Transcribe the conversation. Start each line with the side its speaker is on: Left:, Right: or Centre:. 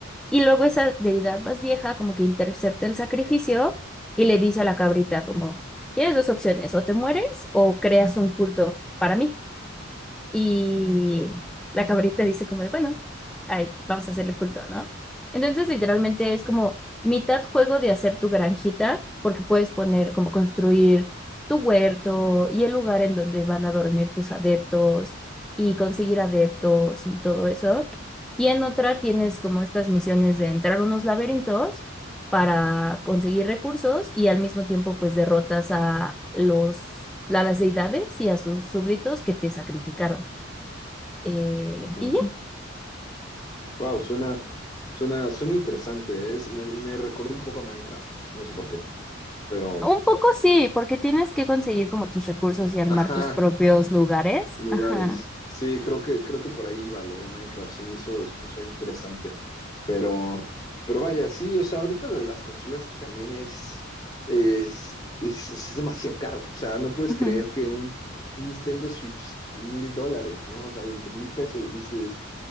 Centre: Y luego esa deidad más vieja como que intercepta el sacrificio y le dice a la cabrita como, tienes dos opciones, o te mueres o creas un culto para mí. Y la cabrita dice como de, bueno, ay, vamos a hacerle culto, ¿no? Entonces, literalmente es como mitad juego de hacer tu granjita, porque puedes poner como construir tu huerto y el lugar en donde van a dormir tus adeptos y conseguir adeptos y todo eso. Y en otra tienes como estas misiones de entrar a unos laberintos para conseguir recursos y al mismo tiempo pues derrotas a los a las deidades y a sus súbditos que te sacrificaron. Eh,
Left: Sí.
Centre: y ya,
Left: Wow, suena, suena, suena interesante. Es, me, me recordó un poco a Minecraft. No sé por qué, pero.
Centre: un poco sí, porque tienes que conseguir como tus recursos y armar
Left: Ajá,
Centre: tus propios lugares.
Left: lugares.
Centre: Ajá.
Left: Sí, creo que, creo que por ahí iba lo de Minecraft. Se me hizo, se me hizo interesante. Pero, pero vaya, sí, o sea, ahorita lo de las consolas que también es, es, es, es demasiado caro. O sea, no puedes
Centre: Ujú.
Left: creer que un, un Nintendo Switch mil dólares, ¿no? O sea, veinte mil pesos. Dices,